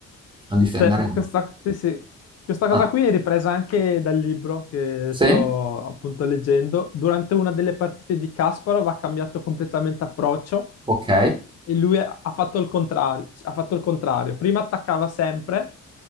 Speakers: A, on the right (about 15°); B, on the left (about 55°).
A: o difendere...
B: Cioè, questa, sì, sì. Questa cosa
A: Ah,
B: qui è ripresa anche dal libro che
A: sì,
B: sto appunto leggendo. Durante una delle partite di Kasparov ha cambiato completamente approccio
A: ok,
B: e lui ha ha fatto il contrario, ha fatto il contrario. Prima attaccava sempre,